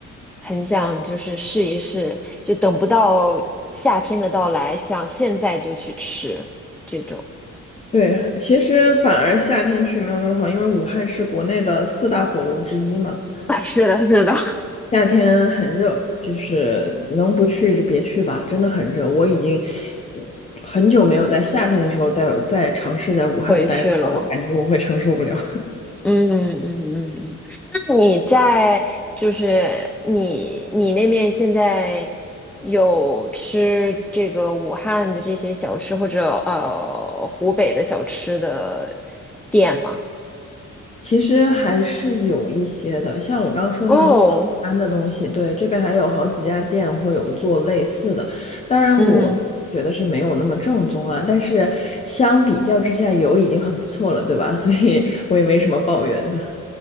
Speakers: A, in the centre; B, on the left.
A: 很想就是试一试，就等不到夏天的到来，想现在就去吃这种。<laughs>
B: 对，其实反而夏天去没有那么好，因为武汉是国内的四大火炉之一嘛。
A: 啊，是的，是的。
B: 夏天很热，就是能不去就别去吧，真的很热。我已经很久没有在夏天的时候再再尝试在武汉待过了，
A: 回去了。
B: 我感觉我会承受不了。
A: 嗯嗯嗯嗯，那你在就是你你那边现在有吃这个武汉的这些小吃或者呃湖北的小吃的店吗？
B: <laughs> 其实还是有一些的，像我刚刚说那种早餐的东西，
A: 哦，
B: 对，这边还有好几家店会有做类似的。当然，
A: 嗯
B: 我觉得是没有那么正宗啊，但是相比较之下有已经很不错了，对吧？<laughs> 所以我也没什么抱怨的。